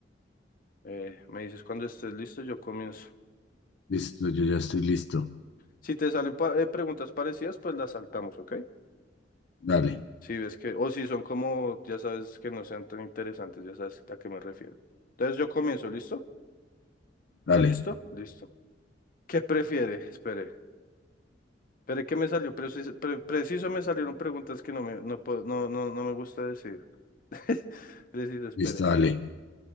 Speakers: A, on the left; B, on the left.
A: Eh, me dices cuando estés listo, yo comienzo.
B: Listo, yo ya estoy listo.
A: Si te salen pa- eh, preguntas parecidas, pues las saltamos, ¿ok?
B: Dale,
A: Si ves que, o si son como, ya sabes que no sean tan interesantes, ya sabes a qué me refiero. Entonces yo comienzo, ¿listo? ¿Estás
B: dale,
A: listo? Listo. ¿Qué prefiere? Espere. Pero es que me salió, preciso, pre- preciso me salieron preguntas que no me, no, puedo- no, no, no me gusta decir. <laughs> Preciso, espere.
B: listo, dale.